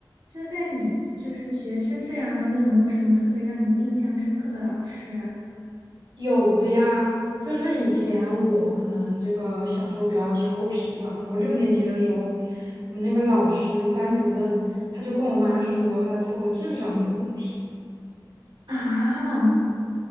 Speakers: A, on the right; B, on the right.
A: 就在你就是学生生涯当中，有没有什么特别让你印象深刻的老师啊？
B: 有的呀，就是以前我可能这个小时候比较调皮吧，然后六年级的时候，我们那个老师那个班主任他就跟我妈说，他说我智商有问题。
A: 啊，